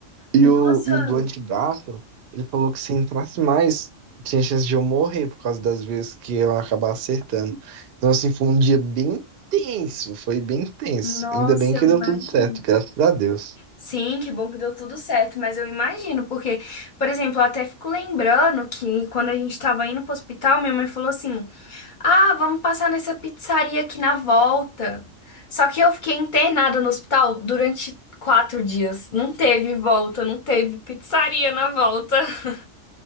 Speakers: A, on the right; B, on the left.
A: E
B: Nossa,
A: o, e o do antebraço, ele falou que se entrasse mais, tinha chance de eu morrer por causa das vezes que eu acabar acertando. Então, assim, foi um dia bem tenso, foi bem tenso.
B: nossa,
A: Ainda bem que
B: eu
A: deu
B: imagino.
A: tudo certo, graças a Deus.
B: Sim, que bom que deu tudo certo, mas eu imagino, porque, por exemplo, eu até fico lembrando que quando a gente tava indo pro hospital, minha mãe falou assim. Ah, vamos passar nessa pizzaria aqui na volta. Só que eu fiquei internada no hospital durante quatro dias. Não teve volta, não teve pizzaria na volta. <laughs>